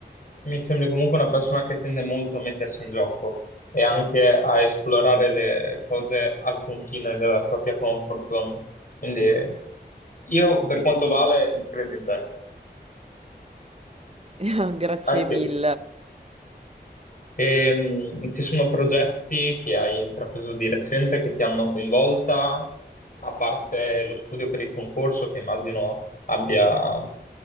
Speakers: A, on the left; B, on the right.
A: Mi sembri comunque una persona che tende molto a mettersi in gioco e anche a esplorare le cose al confine della propria comfort zone. Quindi eh, io, per quanto vale, credo in te.
B: <laughs> Grazie
A: Anche
B: mille.
A: io. Ehm, ci sono progetti che hai intrapreso di recente che ti hanno coinvolta, a parte lo studio per il concorso che immagino abbia